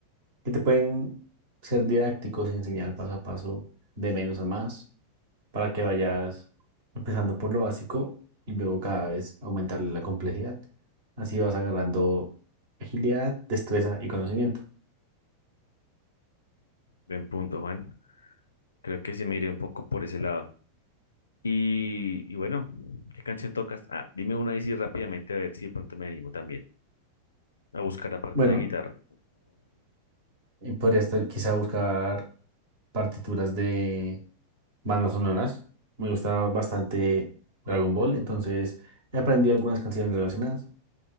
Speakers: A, on the right (about 50°); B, on the left (about 75°).
A: que te pueden ser didácticos y enseñar paso a paso de menos a más para que vayas empezando por lo básico y luego cada vez aumentarle la complejidad. Así vas agarrando agilidad, destreza y conocimiento.
B: Buen punto, Juan. Creo que sí me iré un poco por ese lado. Y, y bueno, ¿qué canción tocas? Ah, dime una ahí sí rápidamente a ver si de pronto me animo también a buscar aparte
A: Bueno,
B: de la guitarra.
A: eh, podrías tal- quizá buscar partituras de bandas sonoras. Me gusta bastante Dragon Ball, entonces he aprendido algunas canciones relacionadas.